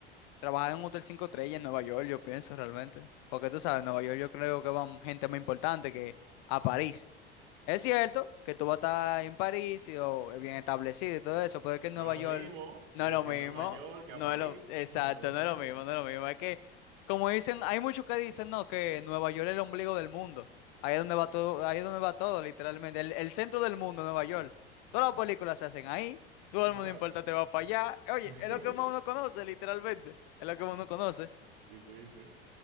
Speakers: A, on the left (about 45°); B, on the right (about 60°).
A: trabajar en un hotel 5 estrellas en Nueva York, yo pienso realmente. Porque tú sabes, en Nueva York yo creo que van gente más importante que a París. Es cierto que tú vas a estar en París y, o bien establecido y todo
B: Ah,
A: eso, pero es que en
B: no
A: Nueva
B: es lo
A: York
B: mismo decir
A: no es lo mismo,
B: Nueva York que
A: no
B: a París,
A: es lo, exacto,
B: <laughs> no es lo
A: no
B: mismo.
A: es lo mismo, no es lo mismo. Es que, como dicen, hay muchos que dicen, no, que Nueva York es el ombligo del mundo. Ahí es donde va todo, ahí es donde va todo, literalmente. El, el centro del mundo, Nueva York. Todas las películas se hacen ahí, todo
B: Exacto.
A: el mundo importante va para allá. Oye,
B: <laughs>
A: es lo que más uno conoce, literalmente. Es lo que más uno conoce.
B: Sí, sí, sí.